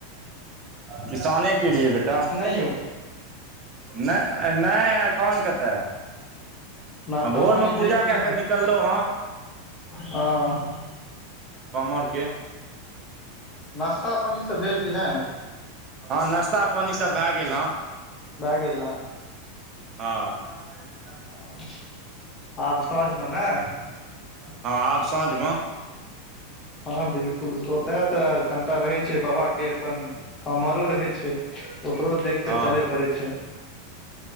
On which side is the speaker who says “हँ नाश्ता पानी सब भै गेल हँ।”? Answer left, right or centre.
Right